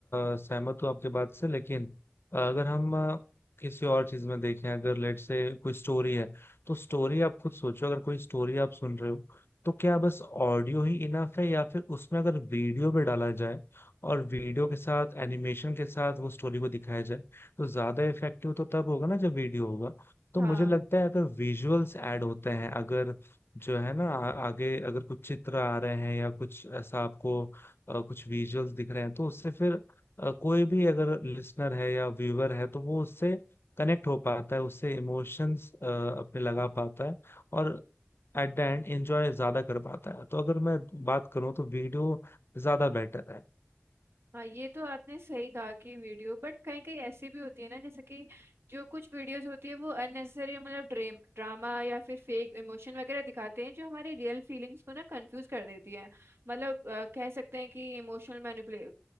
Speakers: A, on the left (about 75°); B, on the right (about 85°).
A: अ, सहमत हूँ आपके बात से लेकिन अ, अगर हम अ, किसी और चीज में देखें अगर लेट से कोई स्टोरी है तो स्टोरी आप खुद सोचो अगर कोई स्टोरी आप सुन रहे हो तो क्या बस ऑडियो ही इनफ है या फिर उसमें अगर वीडियो भी डाला जाए और वीडियो के साथ एनिमेशन के साथ वो स्टोरी को दिखाया जाए तो ज्यादा इफेक्टिव तो तब होगा ना जब वीडियो होगा तो
B: हाँ
A: मुझे लगता है अगर विजुअल्स ऐड होते हैं अगर जो है ना आ, आगे अगर कुछ चित्र आ रहे हैं या कुछ ऐसा आपको अ, कुछ विजुअल्स दिख रहे हैं तो उससे फिर अ, कोई भी अगर लिसनर है या व्यूअर है तो वो उससे कनेक्ट हो पाता है उससे इमोशंस अपने लगा पाता है और एट द एंड एंजॉय ज्यादा कर पाता है तो अगर मैं बात करूं तो वीडियो ज्यादा बेटर है
B: हाँ ये तो आपने सही कहा कि वीडियो बट कहीं कहीं ऐसी भी होती है ना जैसे कि जो कुछ वीडियोस होती है वो अननेसेसरी मतलब ड्रेम ड्रामा या फिर फेक इमोशन वगैरह दिखाते हैं जो हमारी रियल फीलिंग्स को ना कंफ्यूज कर देती है मतलब अ, कह सकते हैं कि इमोशनल मैनिपुले